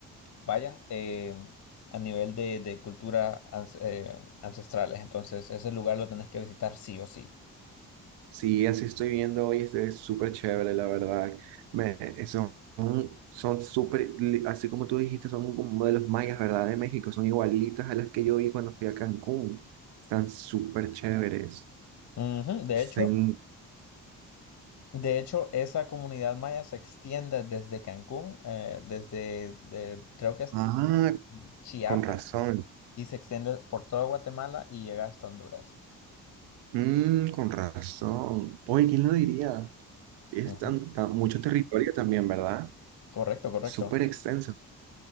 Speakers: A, on the left; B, on the right.
A: Vaya, em, a nivel de, de cultura ans- eh, ancestrales, entonces ese lugar lo tenés que visitar sí o sí.
B: Sí, así estoy viendo hoy, este es súper chévere, la verdad. Me, eh, son, son súper, li- así como tú dijiste, son como de los mayas, ¿verdad? De México, son igualitas a las que yo vi cuando fui a Cancún. Están súper chéveres.
A: Ujú, De
B: Están-
A: hecho, de hecho, esa comunidad maya se extiende desde Cancún, eh, desde de- creo que es
B: Ah,
A: Chiapas,
B: con razón.
A: y se extiende por toda Guatemala y llega hasta Honduras.
B: Mm, con razón. Oye, ¿quién lo diría? Es
A: Ujú,
B: tan, tan- mucho territorio también, ¿verdad?
A: Correcto, correcto.
B: Súper extenso.